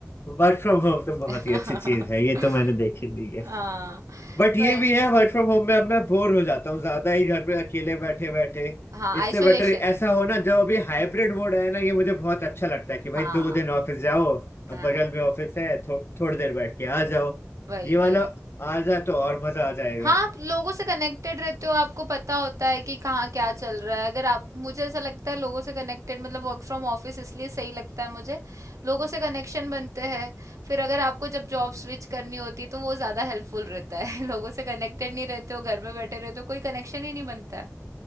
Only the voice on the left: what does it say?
वर्क फ्रॉम होम तो
बहुत ही अच्छी चीज है ये तो मैंने देखी ली है
बट
ये भी है वर्क फ्रॉम होम में अब मैं बोर हो जाता हूँ ज्यादा ही घर पे अकेले बैठे बैठे
इससे
बेटर ऐसा हो ना जब अभी हाइब्रिड मोड आया ना ये मुझे बहुत अच्छा लगता है कि भाई
दो दिन ऑफिस जाओ अब
बगल में ऑफिस है थो, थोड़ी देर बैठ के आ जाओ
ये वाला
आ जाए तो और मजा आ जाएगा